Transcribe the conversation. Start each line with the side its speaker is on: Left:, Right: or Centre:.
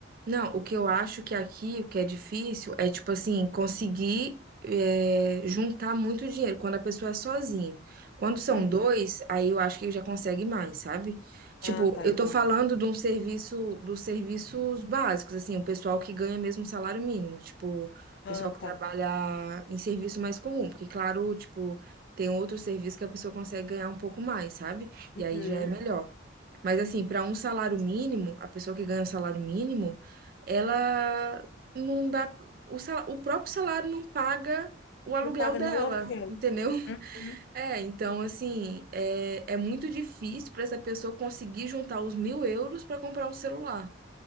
Right: Não, o que eu acho que aqui, o que é difícil, é tipo assim, conseguir é, juntar muito dinheiro quando a pessoa é sozinha. Quando são
Left: Uhum.
Right: dois, aí eu acho que já consegue mais, sabe? Tipo,
Left: Ah, tá,
Right: eu
Left: entendi.
Right: tô falando de um serviço, dos serviços básicos, assim, o pessoal que ganha mesmo um salário mínimo, tipo, o pessoal
Left: Ah,
Right: que trabalha
Left: tá.
Right: em serviço mais comum, porque claro, tipo, tem outros serviços que a pessoa consegue ganhar um pouco mais, sabe?
Left: Uhum.
Right: E aí já é melhor. Mas assim, para um salário mínimo, a pessoa que ganha o salário mínimo, ela não dá. O, sal- o próprio salário não paga o aluguel
Left: Não paga
Right: dela,
Left: nenhum aluguel.
Right: entendeu? <laughs>
Left: Uhum.
Right: É, então assim, é, é muito difícil para essa pessoa conseguir juntar os mil euros para comprar um celular.